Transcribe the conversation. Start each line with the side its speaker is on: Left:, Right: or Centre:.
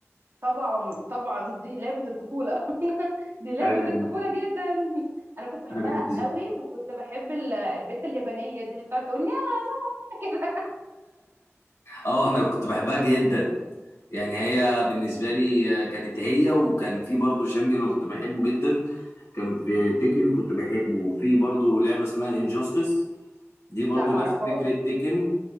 Right: طبعا طبعا دي لعبة الطفولة <laughs> دي لعبة
Left: انا بال...
Right: الطفولة جدا انا كنت بحبها
Left: انا بالنسبه
Right: قوي وكنت بحب ال- البت اليابانية دي اللي بتقعد تقول يا <laughs> كده
Left: اه انا كنت بحبها جدا يعني هي بالنسبة لي آه، كانت هي وكان في برضه شامبيون أنا كنت بحبه جدا كان في تيكن كنت بحبه وفي برضه لعبة اسمها انجاستس دي برضه
Right: لا ما
Left: نفس
Right: اعرفهاش
Left: فكرة تيكن